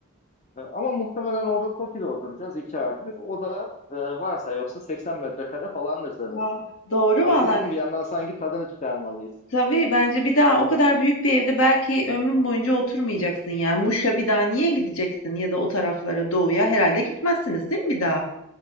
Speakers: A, on the left; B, on the left.
A: E, ama muhtemelen orada TOKİ'de oturacağız iki artı bir. O da e, varsa yoksa 80 metrekare falandır sanırım.
B: Aa, doğru
A: Haklısın
B: valla.
A: bir yandan sanki tadını çıkarmalıyız.
B: Tabii bence bir daha o kadar büyük bir evde belki ömrün boyunca oturmayacaksın yani. Muş'a bir daha niye gideceksin ya da o taraflara doğuya herhalde gitmezsiniz değil mi bir daha?